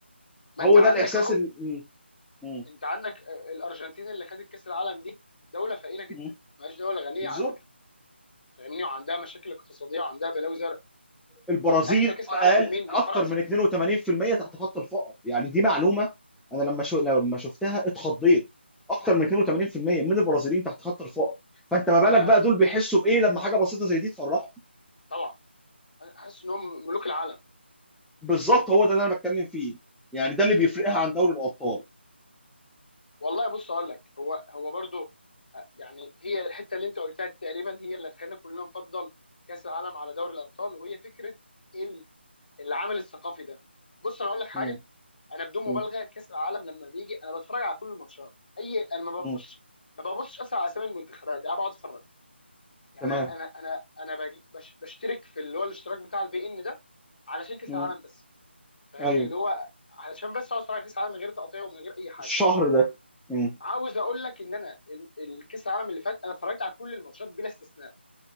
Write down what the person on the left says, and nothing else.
ما
انت عندك
اهو
انت عندك الارجنتين اللي خدت كاس العالم دي دوله فقيره جدا
مش دوله غنيه
على فكره فاهمني وعندها مشاكل اقتصاديه وعندها بلاوي زرق
في اخذ كاس
العالم من مين
من فرنسا
مم.
يا
طبعا أنا حاسس انهم ملوك العالم
والله بص اقول لك هو هو برضو آه، يعني هي الحته اللي انت قلتها دي تقريبا هي اللي خلينا كلنا نفضل كاس العالم على دوري الابطال وهي فكره ال- العامل الثقافي ده بص انا اقول لك حاجه
انا بدون مبالغه
كاس العالم لما بيجي انا بتفرج على كل الماتشات اي انا ما
ببصش ما ببصش اصلا على اسامي المنتخبات انا بقعد اتفرج يعني
انا انا انا انا باجي- بش- بشترك في اللي هو الاشتراك بتاع البي ان ده علشان كاس
العالم بس فاهمني
اللي هو علشان بس اقعد اتفرج على كاس العالم من غير تقطيع ومن غير اي حاجه
عاوز اقول لك ان انا ال- الكاس العالم اللي فات انا اتفرجت على كل الماتشات بلا استثناء